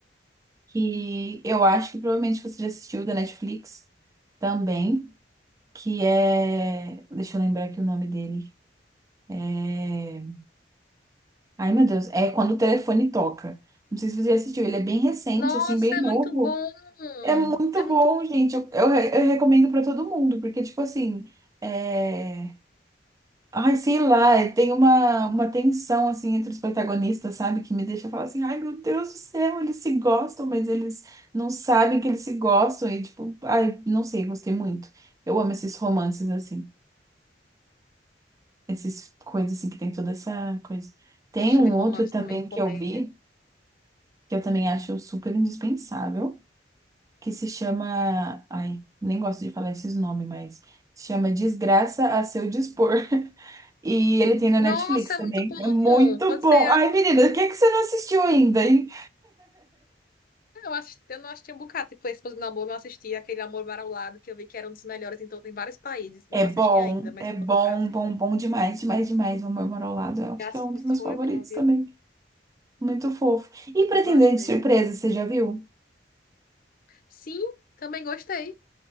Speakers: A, on the right (about 20°); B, on the left (about 50°).
A: que eu acho que provavelmente você já assistiu da Netflix também, que é. Deixa eu lembrar aqui o nome dele. É... Ai, meu Deus, é Quando o Telefone Toca. Não sei se você já assistiu, ele é bem recente,
B: Nossa,
A: assim, bem
B: é
A: novo.
B: muito bom.
A: Muito
B: É muito
A: bom,
B: bom.
A: gente. Eu, eu, re- eu recomendo pra todo mundo, porque, tipo assim, é... Ai, sei lá, é- tem uma, uma tensão, assim, entre os protagonistas, sabe? Que me deixa falar assim, ai, meu Deus do céu, eles se gostam, mas eles não sabem que eles se gostam. E, tipo, ai, não sei, gostei muito. Eu amo esses romances, assim. Essas coisas, assim, que tem toda essa coisa. Tem
B: Eu gosto
A: um
B: de romance
A: outro também
B: também, comédia.
A: que eu vi, que eu também acho super indispensável. que se chama. Ai, nem gosto de falar esses nomes, mas se chama Desgraça a Seu Dispor. <laughs> E ele tem na
B: Nossa,
A: Netflix
B: é
A: também.
B: muito bom.
A: É muito
B: Quando
A: bom.
B: você.
A: Ai, menina, o que é que você não assistiu ainda, hein?
B: Eu acho, eu não assisti um bocado. Tipo, Esposa do Namor, não assisti aquele Amor Para o Lado, que eu vi que era um dos melhores em, todo, em vários países. Não
A: É
B: assisti
A: bom,
B: ainda, mas
A: é
B: tô
A: bom,
B: louca pra assistir.
A: bom, bom demais, demais, demais. Vou Morar ao Lado. Eu acho
B: Graças
A: que é um
B: a
A: dos
B: Deus,
A: meus
B: foi
A: favoritos
B: é bom, viu?
A: também. Muito fofo. E Pretendente
B: Eu gosto desse.
A: Surpresa, você já viu?
B: Sim, também gostei.